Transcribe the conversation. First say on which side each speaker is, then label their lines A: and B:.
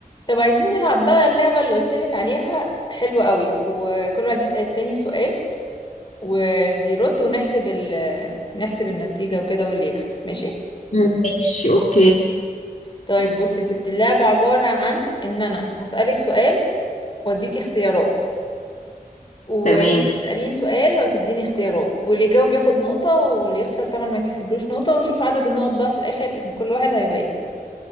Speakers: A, on the left; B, on the left.
A: طب عايزين نلعب بقى اللعبة اللي قلتلك عليها حلوة قوي وكل واحد يسأل التاني سؤال واللي يرد ونحسب ال نحسب النتيجة وكده واللي يكسب ماشي
B: مم. ماشي اوكي
A: طيب بص يا ستي اللعبة عبارة عن ان انا هسألك سؤال واديكي اختيارات وانت
B: تمام
A: هتسأليني سؤال وهتديني اختيارات واللي يجاوب ياخد نقطة واللي يخسر طبعا ما يتحسبلوش نقطة ونشوف عدد النقط بقى في الآخر كل واحد هيبقى ايه